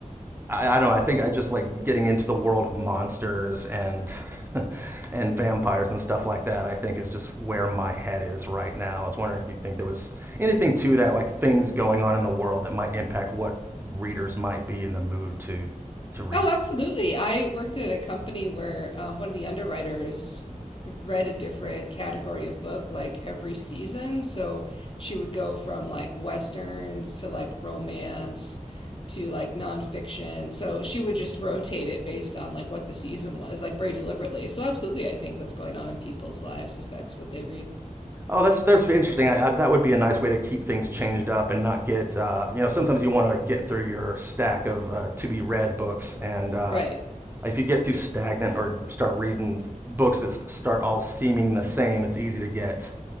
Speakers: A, on the right; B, on the left.
A: I, I don't know. I think I just like getting into the world of monsters and <laughs> and vampires and stuff like that. I think is just where my head is right now. I was wondering if you think there was anything to that, like things going on in the world that might impact what readers might be in the mood to to read.
B: Oh, absolutely. I worked at a company where um, one of the underwriters read a different category of book like every season. So she would go from like westerns to like romance to like nonfiction. So she would just rotate it based on like what the season was, like very deliberately. So absolutely, I think what's going on in people's lives affects what they read.
A: Oh, that's that's interesting. I, I, that would be a nice way to keep things changed up and not get uh, you know. Sometimes you want to get through your stack of uh, to be read books and uh,
B: Right.
A: if you get too stagnant or start reading books that start all seeming the same, it's easy to get